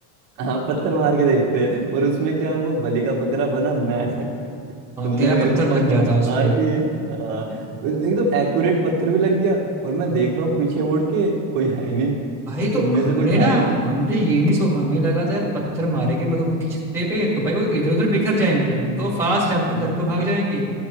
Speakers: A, on the right (about 50°); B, in the centre.
A: हाँ पत्थर मार के देखते हैं और उसमें क्या हुआ बलि का बकरा बना मैं <laughs>
B: हाँ
A: तुमने
B: तेरा
A: मेरे
B: पत्थर
A: को पंप
B: लग गया था उस
A: मार
B: पे
A: दिए हाँ एकदम एक्यूरेट पत्थर भी लग गया और मैं देख रहा हूँ पीछे मुड़ के कोई है ही नहीं
B: भाई तो
A: तुम में
B: हमने
A: से कोई था
B: ना
A: ही नहीं
B: हमने ये नहीं सो हमें लगा था यार पत्थर मारेंगे मधुमक्खी छत्ते पे तो भाई वो इधर उधर बिखर जाएंगी हम तो फास्ट है हम
A: हम्म।
B: तो घर पे भाग जाएंगे